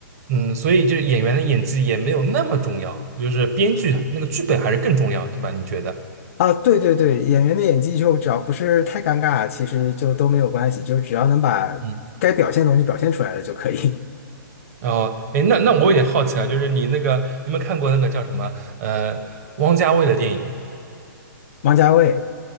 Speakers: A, on the right; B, on the left.
A: 嗯，所以这演员的演技也没有那么重要，就是编剧那个剧本还是更重要，对吧？你觉得？
B: 啊，对对对，演员的演技就只要不是太尴尬，其实就都没有关系，就只要能把该表现的东西表现出来了就可以。
A: 嗯。哦，哎，那那我有点好奇啊，就是你那个，你有没有看过那个叫什么，呃，汪家卫的电影？
B: <laughs> 王家卫，